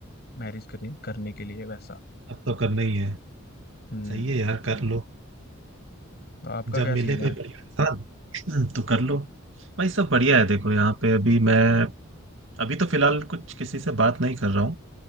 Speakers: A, on the left; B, on the right.
A: मैरिज करने करने के लिए वैसा
B: अब तो करना ही है
A: हम्म
B: सही है यार कर लो
A: आपका
B: जब
A: क्या
B: मिले
A: सीन
B: कोई
A: है
B: बढ़िया इंसान हम्म, तो कर लो भाई सब बढ़िया है देखो यहाँ पे अभी मैं अभी तो फिलहाल कुछ किसी से बात नहीं कर रहा हूँ